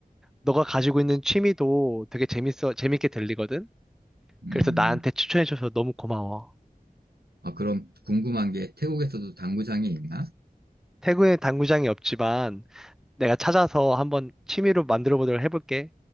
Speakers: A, in the centre; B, on the right.
A: 너가 가지고 있는 취미도 되게 재밌어 재밌게 들리거든.
B: 음,
A: 그래서 나한테 추천해줘서 너무 고마워.
B: 아, 그럼 궁금한 게 태국에서도 당구장이 있나?
A: 태국에 당구장이 없지만 내가 찾아서 한번 취미로 만들어 보도록 해볼게.